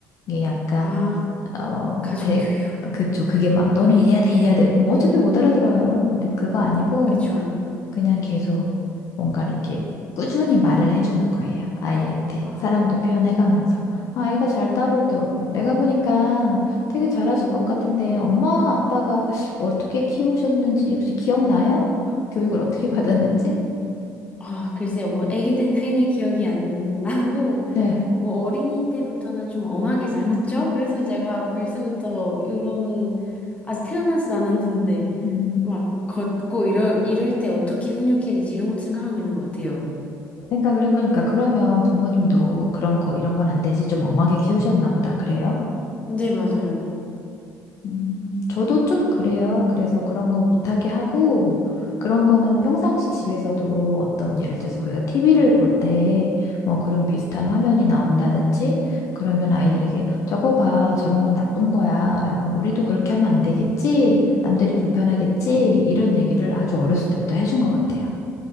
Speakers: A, on the left; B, on the left.
A: 이게 약간,
B: 아,
A: 어,
B: 가정교육.
A: 대, 그쵸. 그게 막, 너는 이래야 돼, 이래야 돼. 뭐 어차피 못 알아들어요. 근데 그거 아니고,
B: 그쵸.
A: 그냥 계속 뭔가를 이렇게 꾸준히 말을 해주는 거예요. 아이한테.
B: 아,
A: 사랑도 표현해가면서. 아, 아이가 잘 따라오더라고요. 내가 보니까 되게 잘하실
B: 음.
A: 것 같은데, 엄마, 아빠가 어떻게 키우셨는지 혹시 기억나요? 교육을 어떻게 <laughs> 받았는지?
B: 아, 글쎄요. 뭐, 아기 때는 흔히 기억이 안 나고,
A: 네.
B: 어, 뭐, 어린이 때부터는 좀 엄하게 자랐죠? 그래서 제가 벌써부터 이런, 아직 태어나지도 않았는데,
A: 음.
B: 막, 걷고 이럴, 이럴 때 어떻게 훈육해야 되지? 이런 것도 생각하고 있는 것 같아요.
A: 생각을 해보니까 그러면 부모님도 그런 거, 이런 건 안 되지 좀 엄하게 키우셨나 보다. 그래요?
B: 네, 맞아요.
A: 음, 저도 좀 그래요. 그래서 그런 거 못하게 하고, 그런 거는 평상시 집에서도 어떤 예를 들어서 우리가 TV를 볼 때 뭐 그런 비슷한 화면이 나온다든지 그러면 아이들에게 저거 봐, 저런 건 나쁜 거야 라고 우리도 그렇게 하면 안 되겠지? 남들이 불편하겠지? 이런 얘기를 아주 어렸을 때부터 해준 것 같아요.